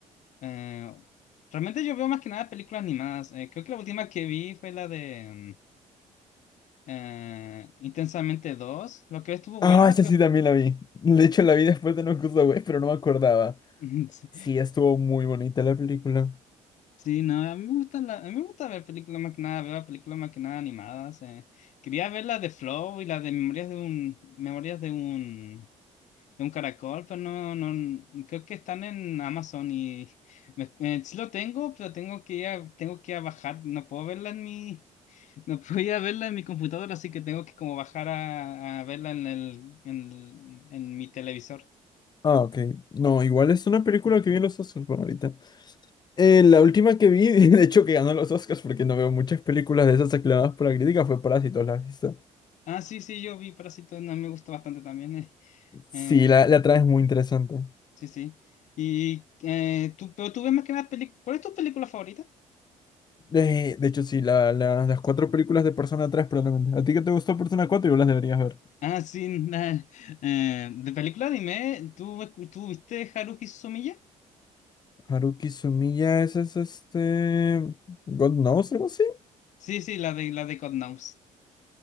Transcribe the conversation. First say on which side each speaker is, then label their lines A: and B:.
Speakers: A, on the left (about 60°); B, on the left (about 30°).
A: eh, realmente yo veo más que nada películas animadas. Eh, creo que la última que vi fue la de mm, eh, Intensamente dos lo que estuvo
B: Ah,
A: buena,
B: esa
A: pero...
B: sí también la vi. De hecho, la vi después de No Way, pero no me acordaba.
A: <laughs> Sí,
B: Sí, estuvo muy bonita la película.
A: sí, no, a mí me gusta, la- a mí me gusta ver películas más que nada, veo películas más que nada animadas. eh. Quería ver la de Flow y la de Memorias de un, Memorias de un de un caracol, pero no, no, creo que están en Amazon y me- eh, sí lo tengo, pero tengo que ir a, tengo que ir a bajar, no puedo verla en mi, no puedo ir a verla en mi computadora, así que tengo que como bajar a, a verla en el, en, en mi televisor.
B: Ah, ok. No, igual es una película que vi en los Oscars por ahorita. Eh, la última que vi, <laughs> de hecho que ganó los Oscars porque no veo muchas películas de esas aclamadas por la crítica, fue Parásitos, ¿la has visto?
A: Ah, sí, sí, yo vi Parásitos, no, me gusta bastante también, eh,
B: Sí,
A: eh,
B: la, la trama es muy interesante.
A: sí, sí. Y eh, tú, pero tú ves más que nada películas, ¿cuál es tu película favorita?
B: Eh, de hecho, sí, la, la- las cuatro películas de Persona 3 probablemente. ¿A ti que te gustó Persona 4? Yo las deberías ver.
A: Ah, sí, <laughs> na- eh, de película dime, ¿tú, escu- tú viste Haruhi Suzumiya?
B: Haruki Sumiya, ese es este... God Knows, algo así.
A: Sí, sí, la de la de God Knows.